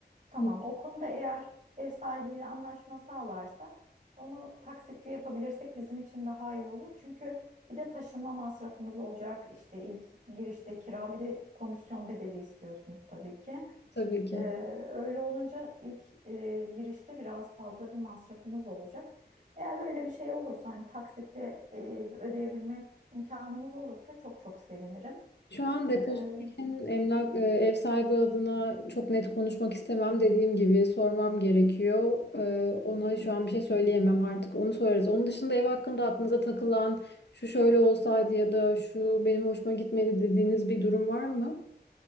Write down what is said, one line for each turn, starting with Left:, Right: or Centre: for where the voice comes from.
Right: Tamam.
Left: Hı,
Right: O konuda eğer ev sahibiyle anlaşma sağlarsak onu taksitli yapabilirsek bizim için daha iyi olur. Çünkü bir de taşınma masrafımız olacak. İşte ilk girişte kira bir de komisyon bedeli istiyorsunuz tabii ki.
Left: Tabii ki.
Right: Ee, öyle olunca ilk e, girişte biraz fazla bir masrafımız olacak. Eğer öyle bir şey olursa hani taksitle e, ödeyebilme imkanımız olursa çok çok sevinirim.
Left: Şu an depozito
Right: Ee,
Left: için emlak e, ev sahibi adına çok net konuşmak istemem. Dediğim gibi sormam gerekiyor. E, ona şu an bir şey söyleyemem artık. Onu sorarız. Onun dışında ev hakkında aklınıza takılan şu şöyle olsaydı ya da şu benim hoşuma gitmedi dediğiniz bir durum var mı?